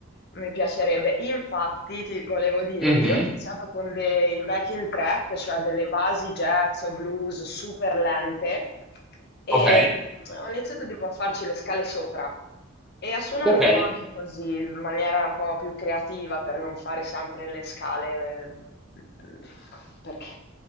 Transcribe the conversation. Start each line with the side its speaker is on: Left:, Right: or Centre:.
Left: mi piacerebbe. Infatti, ti volevo dire,
Centre: Mhm.
Left: io ho iniziato con dei backing track, cioè delle basi jazz o blues super lente, e
Centre: Ok,
Left: mm, ho iniziato tipo a farci le scale sopra e a suonare
Centre: ok,
Left: un po' anche così, in maniera un po' più creativa per non fare sempre le scale, eh, perché